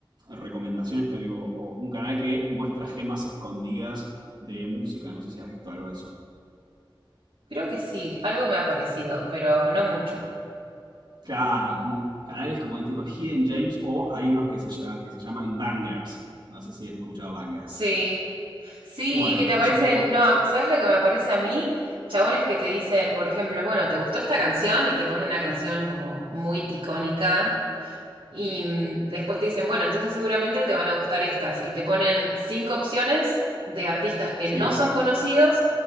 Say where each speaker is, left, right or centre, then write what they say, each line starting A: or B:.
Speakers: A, on the right; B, on the right.
A: recomendaciones, te digo, o un canal que muestra gemas escondidas de música. No sé si has visto algo de eso.
B: creo que sí, algo me ha parecido, pero no mucho.
A: Claro, como canales como de tipo Hidden James o hay unos que se, llama- que se llaman Bangers. No sé si he escuchado Bangers.
B: Sí, sí,
A: Bueno,
B: que te aparecen,
A: ese tipo,
B: no, a- ¿sabes lo que me aparece a mí? Chabones que te dicen, por ejemplo, bueno, ¿te gustó esta canción? Y te pone una canción como muy icónica Y mm, después te dicen, bueno, entonces seguramente te van a gustar estas. Y te ponen cinco opciones de artistas que
A: sí,
B: no son conocidos,